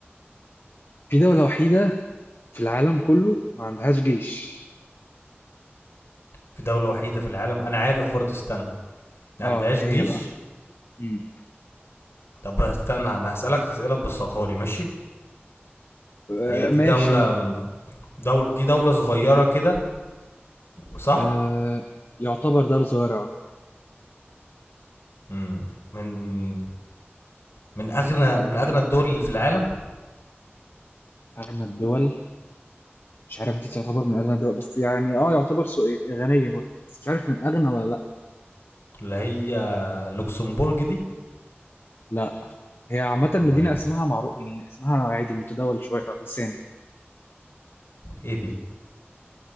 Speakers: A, on the left; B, on the left.
A: في دولة وحيدة في العالم كله ما عندهاش جيش
B: في دولة وحيدة في العالم انا عارف برضه استنى ما
A: اه
B: عندهاش
A: ايه
B: جيش
A: هي بقى مم.
B: طب استنى انا هسألك اسئلة تبسطها لي ماشي
A: آه
B: هي دي
A: ماشي
B: دولة دولة دي دولة صغيرة كده صح
A: آه يعتبر دولة صغيرة
B: مم. من من من اغنى من اغنى الدول اللي في العالم
A: اغنى الدول مش عارف دي تعتبر من اغنى الدول بس يعني اه يعتبر سو- غنية برضه بس مش عارف من اغنى ولا لا
B: اللي هي لوكسمبورج دي
A: لا هي عامة مدينة
B: امال ايه
A: اسمها معروف يعني اسمها عادي متداول شوية على اللسان
B: ايه دي